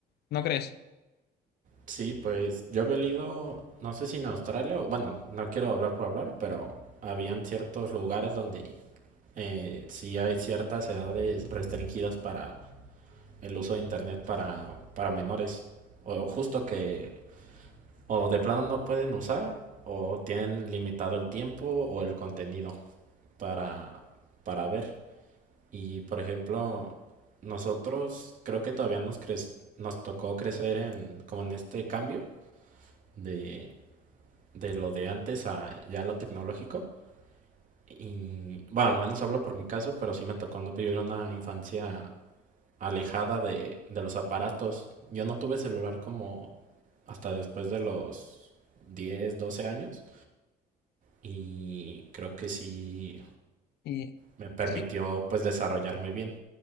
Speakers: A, on the left; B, on the right.
A: ¿No crees?
B: Sí, pues yo había leído, no sé si en Australia, o- bueno, no quiero hablar por hablar, pero habían ciertos lugares donde eh, sí hay ciertas edades restringidas para el uso de internet para, para menores. O justo que o de plano no pueden usar o tienen limitado el tiempo o el contenido para, para ver. Y por ejemplo, nosotros creo que todavía nos cre nos tocó crecer en como en este cambio de, de lo de antes a ya lo tecnológico. Y bueno, al menos hablo por mi caso, pero sí me tocó no vivir una infancia alejada de, de los aparatos. Yo no tuve celular como hasta después de los 10 12 años y creo que sí
A: Y,
B: me permitió
A: sí,
B: pues desarrollarme bien.